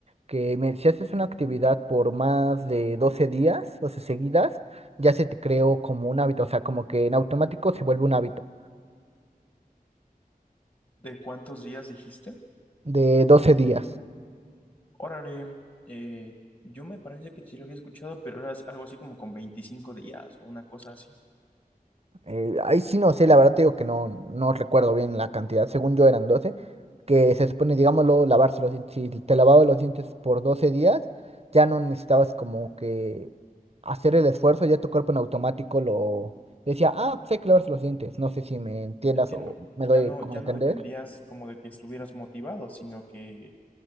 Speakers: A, on the right (about 40°); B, on the left (about 35°).
A: que me- si haces una actividad por más de 12 días, o sea, seguidas, ya se te creó como un hábito, o sea, como que en automático se vuelve un hábito
B: ¿De cuántos días dijiste?
A: de 12 días.
B: Órale, eh, yo me parece que sí lo había escuchado, pero era algo así como con 25 días o una cosa así.
A: Eh, ahí sí no sé, la verdad te digo que no, no recuerdo bien la cantidad, según yo eran doce que se supone, digámoslo, lavarse los dientes. Si te lavabas los dientes por 12 días, ya no necesitabas como que hacer el esfuerzo, ya tu cuerpo en automático lo decía, ah, pues hay que lavarse los dientes. No sé si me entiendas
B: Entiendo
A: o me
B: que
A: doy
B: ya no,
A: como
B: ya
A: a entender.
B: no dependías como de que estuvieras motivado, sino que